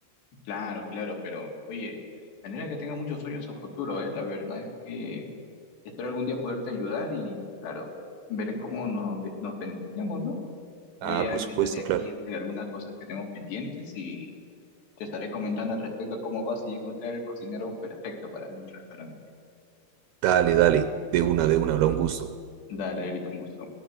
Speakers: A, on the left; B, on the right.
A: Claro, claro, pero oye, manera que tenga muchos sueños a futuro, ¿eh? La verdad es que espero algún día poderte ayudar y, claro, ver en cómo nos, nos beneficiamos, ¿no? Yo
B: Ah,
A: ya
B: por
A: empezaré
B: supuesto,
A: aquí
B: claro.
A: a hacer algunas cosas que tengo pendientes y te estaré comentando al respecto cómo vas y encontrar el cocinero perfecto para mi restaurante.
B: Dale, dale, de una, de una, habrá un gusto.
A: Dale, Eric, un gusto.